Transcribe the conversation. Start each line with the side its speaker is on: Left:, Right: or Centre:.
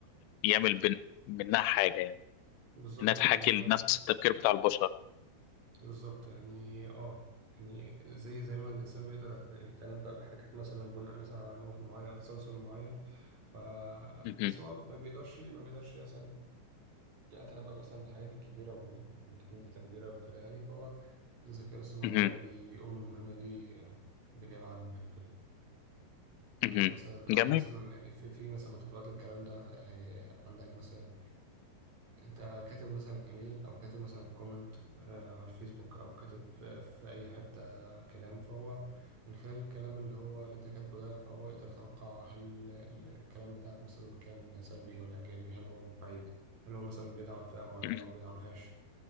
Left: يعمل بن- منها حاجة يعني
Right: بالظبط
Left: إنها تحاكي
Right: يعني أنا معايا
Left: نفس التفكير بتاع البشر
Right: بالظبط يعني اه يعني زي زي ما الإنسان بيقدر يتنبأ بحاجات مثلا بناء مثلا على نمط معين أو تسلسل معين ف
Left: مهم.
Right: بس هو ما بيقدرش ما بيقدرش مثلا يتنبأ مثلا بالحاجات الكبيرة واللي تكون داتا كبيرة وكده يعني فهو الذكاء الاصطناعي
Left: مهم.
Right: هو اللي بي... بيقوم المهمة دي بالنيابة عنه يعني وكده عندك
Left: مهم.
Right: مثلا أو
Left: جميل
Right: مثلا يعني في في مثلا من تطبيقات الكلام ده آه، عندك مثلا انت كاتب مثلا ايميل او كاتب مثلا كومنت آه، على الفيسبوك او كاتب في, في اي حتة كلام فهو من خلال الكلام اللي هو اللي انت كاتبه ده فهو يقدر يتوقع هل ال- الكلام بتاعك مثلا كان سلبي ولا ايجابي هل هو محايد هل هو مثلا بيدعم فئة معينة
Left: مهم.
Right: وما بيدعمهاش